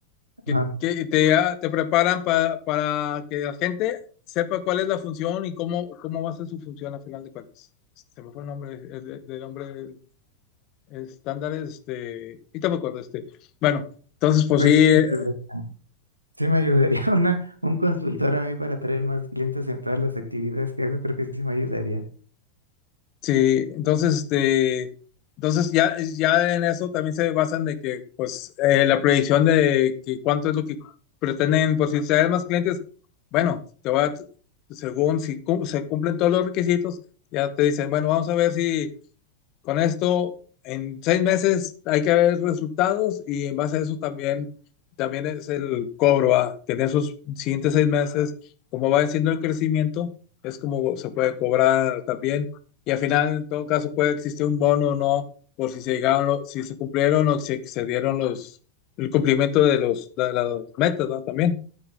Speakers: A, on the left; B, on the right.
A: que,
B: Ajá.
A: que te, te preparan para, para que la gente sepa cuál es la función y cómo, cómo va a ser su función a final de cuentas. Se me fue el nombre, el, el nombre del estándares, este, y no me acuerdo, este, bueno, entonces pues
B: Pues
A: sí, eh,
B: <laughs> sí me ayudaría <laughs> una, un consultor a mí para traer más clientes en todas las actividades que hago, creo que sí me ayudaría.
A: sí, entonces, este, entonces ya, ya en eso también se basan de que, pues, eh, la proyección de que cuánto es lo que pretenden, por si traen más clientes, bueno, te va, a- según si cum- se cumplen todos los requisitos, ya te dicen, bueno, vamos a ver si Con esto, en seis meses hay que ver resultados y en base a eso también, también es el cobro, a tener esos siguientes seis meses, como va siendo el crecimiento, es como se puede cobrar también. Y al final, en todo caso, puede existir un bono o no, por si se llegaron, lo- si se cumplieron o si excedieron los, el cumplimiento de los, de las metas, ¿no? También.